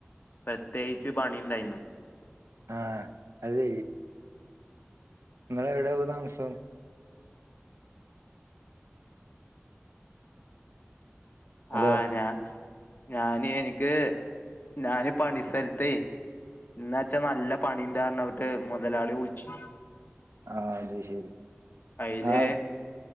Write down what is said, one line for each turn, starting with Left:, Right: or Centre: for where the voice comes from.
Left: പ്രത്യേകിച്ച് പണിണ്ടായിന്നു.
Right: ആഹ് അത് ശരി. നിങ്ങളെ എവിടെ ഇപ്പം താമസം? ഹലോ
Left: ആഹ് ഞാ ഞാന് എനിക്ക് ഞാന് പണിസൽത്തെ ഇന്നാച്ചാ നല്ല പണിണ്ടായ്ര്ന്നുട്ട് മുതലാളി വിള്ച്ച്
Right: ആഹ് അത് ശരി.
Left: അയിലെ
Right: ആ